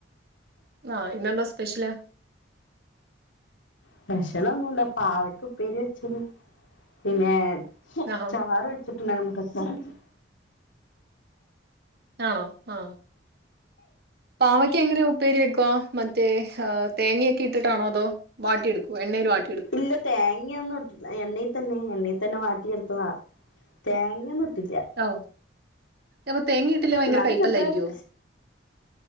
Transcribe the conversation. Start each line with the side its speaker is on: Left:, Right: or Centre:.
Right: ആ ഇന്നെന്താ സ്പെഷ്യല്
Left: സ്പെഷ്യലൊന്നുല്ല പാവക്ക ഉപ്പേരി വെച്ചത് പിന്നെ
Right: ആഹാ
Left: ചാറ് വെച്ചിട്ട്ണ്ടാ <unintelligible> <unintelligible>
Right: ആണോ ആ പാവയ്ക്ക എങ്ങനെ ഉപ്പേരി വെക്കോ മറ്റേ തേങ്ങയൊക്കെ ഇട്ടിട്ടാണോ അതോ വാട്ടിയെടുക്കോ എണ്ണയിൽ വാട്ടി
Left: ഇല്ല തേങ്ങയൊന്നും ഇട്ടിട്ട് എണ്ണയി തന്നെ എണ്ണ തന്നെ വാട്ടി എടുത്തതാ തേങ്ങയൊന്നും ഇട്ടില്ല
Right: ആഹ് അപ്പൊ തേങ്ങയിട്ടില്ലേ ഭയങ്കര
Left: എന്നാലും
Right: കയ്പ്പല്ലായിരിക്കുവോ
Left: ചെറുതായിട്ട്